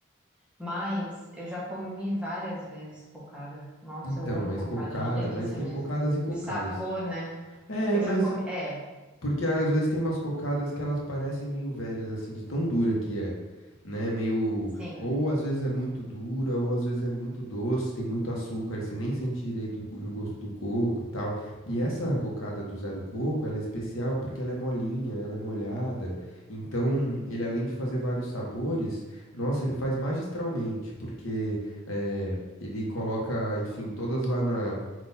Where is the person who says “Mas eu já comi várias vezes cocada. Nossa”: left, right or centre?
Centre